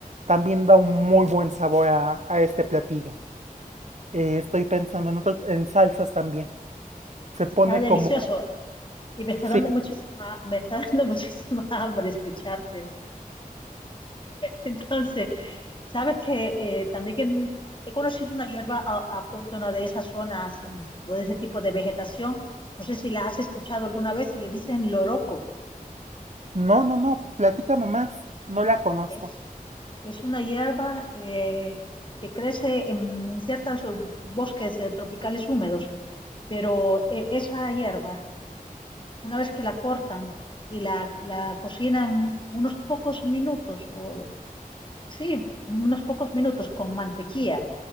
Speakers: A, on the right (about 50°); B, on the left (about 35°).
A: También da un muy buen sabor a, a este platillo. Eh, estoy pensando en, otros, en salsas también. Se pone
B: Está delicioso
A: como...
B: y me está dando
A: Sí.
B: muchísima, me está <laughs> dando muchísima hambre escucharte. Entonces, Sabes que eh, también que he conocido una hierba au- autóctona de esas zonas eh, o de ese tipo de vegetación. No sé si la has escuchado alguna vez y le dicen loroco.
A: No, no, no, platícame más. No la conozco.
B: Es, es una hierba eh, que crece en, ciertos uh, bosques eh, tropicales húmedos, pero eh, esa hierba, una vez que la cortan y la, la cocinan unos pocos minutos, o sí, unos pocos minutos con mantequilla,